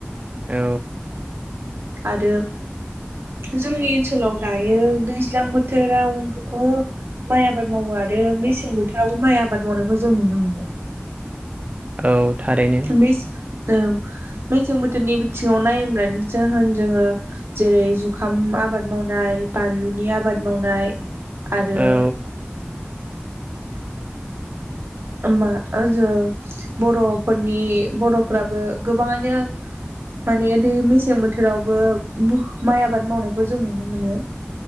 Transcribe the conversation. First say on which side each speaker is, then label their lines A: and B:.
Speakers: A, on the right; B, on the right.
A: औ
B: आरो जोंनि ओनसोलाव दायो दैज्लां बोथोराव गोबां माइ आबाद मावो आरो मेसें बोथोरावबो माइ आबाद मावनायखौ जों नुनो मोनो
A: औ थारैनो
B: बेस औ मेसें बोथोरनि बिथिङाव नायोब्लानो जाहोन जोङो जेरै जुखाम आबाद माव मावनाय बानलुनि आबाद मावनाय आरो
A: औ
B: मा जो बर'फोरनि बर'फ्राबो गोबाङानो माने मेसें बोथोरावबो माइ आबाद मावनायखौ जों नुनो मोनो।